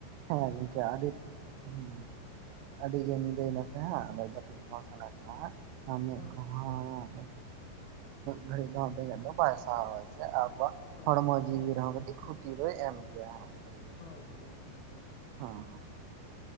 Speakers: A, on the right (about 80°); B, on the left (about 45°).
A: ᱦᱮᱸ ᱜᱚᱝᱠᱮ ᱟᱹᱰᱤ ᱦᱮᱸ ᱟᱹᱰᱤ ᱜᱮ ᱧᱤᱫᱟᱹ ᱭᱮᱱᱟ ᱥᱮ ᱦᱟᱸᱜ ᱟᱫᱚ ᱡᱟᱹᱯᱤᱫ ᱥᱟᱱᱟ ᱠᱟᱱᱟ ᱟᱨ ᱢᱮᱫ
B: ᱦᱳᱭ
A: ᱠᱚᱦᱚᱸ ᱜᱷᱟᱹᱲᱤ ᱫᱚ ᱦᱟᱸᱜ ᱵᱟᱭ ᱥᱟᱦᱟᱣᱟᱭ ᱥᱮ ᱟᱵᱚᱣᱟᱜ
B: ᱦᱳᱭ
A: ᱦᱚᱲᱢᱚ
B: ᱦᱳᱭ
A: ᱡᱤᱣᱤ ᱨᱮᱦᱚᱸ ᱠᱟᱹᱴᱤᱡ ᱠᱷᱚᱛᱤ ᱫᱚᱭ ᱮᱢ ᱜᱮᱭᱟ <unintelligible>
B: ᱦᱚᱭ ᱦᱚᱭ ᱦᱚᱭ ᱦᱚᱭ ᱾
A: <unintelligible>